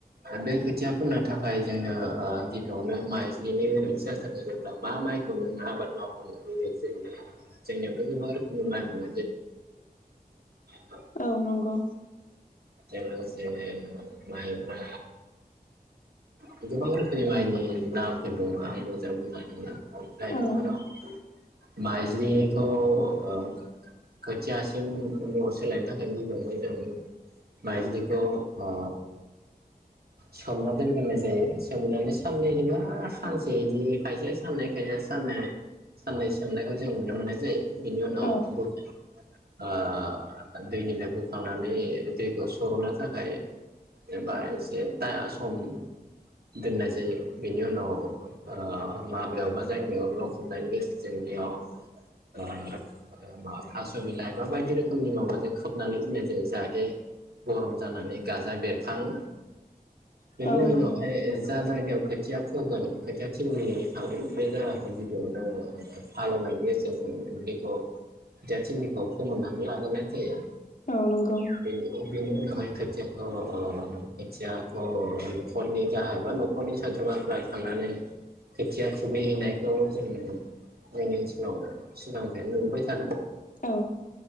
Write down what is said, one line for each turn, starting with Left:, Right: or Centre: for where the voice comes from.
Right: दा बे खोथिया फोननो थाखाय जोंनो ओ गिबियावनो माइज्लिनि गोनांथि जाथारो जोबब्ला मा मायखौ नों आबाद मावनो बेसेन नाङा। जोंनावथ' गोबां रोखोमनि म <unintelligible>
Left: औ नंगौ।
Right: <unintelligible> माइब्रा गोबां रोखोमनि माइनि नामफोर दङ आं मोजां बुंजोबनो
Left: औ
Right: <unintelligible> माइजलिखौ ओ खोथियासिम महर सोलायनो थाखाय गिबियावनो जों माइज्लि खौ ओ सोमना दोनग्रोनाय जायो। सोमनानै साननैबा सानसे बिदि खायसे साननै खायसे सान साननै सोमनायखौ जों नुनो मोननाय जायो। बिनि उनाव
Left: औ
Right: ब <inaudible> ओ दैनिफ्राय बोखांनानै दैखौ सर'नो थाखाय एबा एसे सम दोननाय जायो बेनि उनाव ओ माबायाव बा जायगायाव लखबनायनि गेजेरजों बेयाव ओ मा थास' बिलाइ एबा बायदि रोखोमनि माबाजों खोबनानै दोननाय जायो जाहाथे गरम जानानै गाजा बेरखाङो। बेनि
Left: औ
Right: उनावहाय
Left: नंगौ
Right: जा जायगायाव खोथिया फुगोन खोथिया थलि थागोन बे जायगाखौ गिबियावनो हालेवनायनि गेजेरजों दुब्लिखौ खोथिया थिलिखौ फोमोननानै लाग्रोनाय जायो।
Left: औ नंगौ
Right: बेनि बेनि उनावहाय खोथियाखौ खोथियाखौ न'खरनि जा एबा न'खरनि सोद्रोमाफ्रा थांनानै खोथिया खुबैहैनायखौ जों जोंनि ओनसोलाव सिगांनिफ्रायनो मोनबाय थादों।
Left: औ।